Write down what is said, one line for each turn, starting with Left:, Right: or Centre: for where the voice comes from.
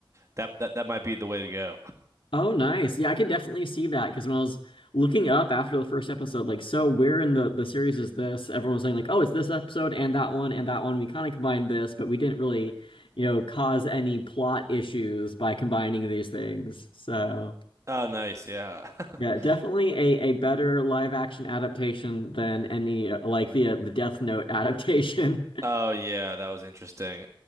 Right: that that that might be the way to go. <laughs>
Left: Oh, nice. Yeah, I could definitely see that because when I was looking up after the first episode, like, so where in the the series is this? Everyone was saying like, oh, it's this episode and that one and that one. We kind of combined this, but we didn't really, you know, cause any plot issues by combining these things. So
Right: Oh, nice. Yeah. <laughs>
Left: yeah, definitely a a better live action adaptation than any uh, like the uh, the Death Note adaptation. <laughs>
Right: Oh yeah, that was interesting.